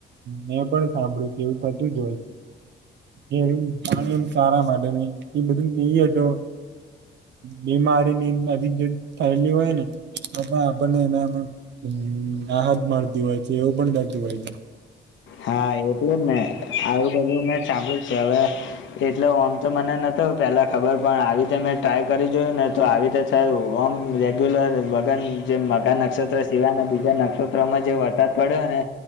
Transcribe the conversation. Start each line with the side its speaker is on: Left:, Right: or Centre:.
Right: મેં પણ સાંભળ્યું છે એવું થતું જ હોય છે. જે યુ પાણી આમ સારા માટે ની ઈ બધું પિયે તો બીમારીની બધી જે થયેલી હોય ને બધા આપણ ને એના નો હમ્મ રાહત મળતી હોય છે એવું પણ થાતું હોય છે.
Left: હા એટલેજ ને આવું બધું મેં સાંભળ્યું છે હવે એટલે આમ તો મને નતો પેલા ખબર પણ આવી રીતે મેં ટ્રાય કરી જોયુંને તો આવી રીતે થયું ઓમ રેગ્યુલર વગન જે મગા નક્ષત્ર સિવાયના બીજા નક્ષત્રોમાં જેવ વરસાદ પડ્યો અને